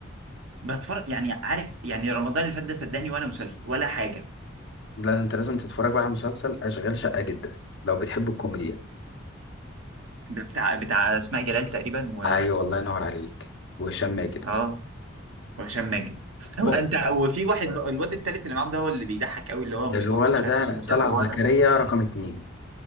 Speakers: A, on the right; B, on the left.
A: بتفرج يعني عارف يعني رمضان اللي فات ده صدقني ولا مسلسل ولا حاجه
B: لا انت لازم تتفرج بقى على مسلسل اشغال شقة جدا لو بتحب الكوميديا
A: ده بتاع بتاع اسماء جلال تقريبا و
B: ايوه الله ينور عليك وهشام ماجد
A: اه وهشام ماجد هو
B: و-
A: انت هو في واحد الواد التالت اللي معاهم ده هو اللي بيضحك قوي اللي هو
B: الولد
A: مصطفى مش عارف
B: ده
A: اسمه مصطفى
B: طلعت
A: هو
B: زكريا
A: ولا ده
B: رقم اتنين